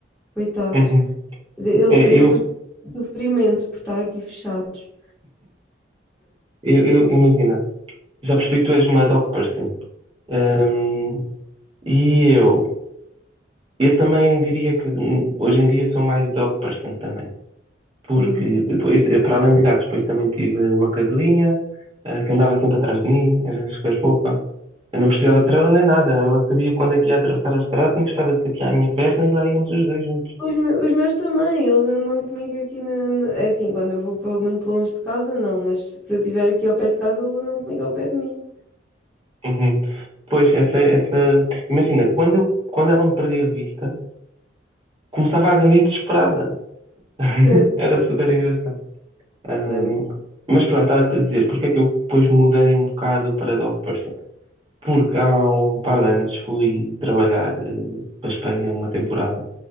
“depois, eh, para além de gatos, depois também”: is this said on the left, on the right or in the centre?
Right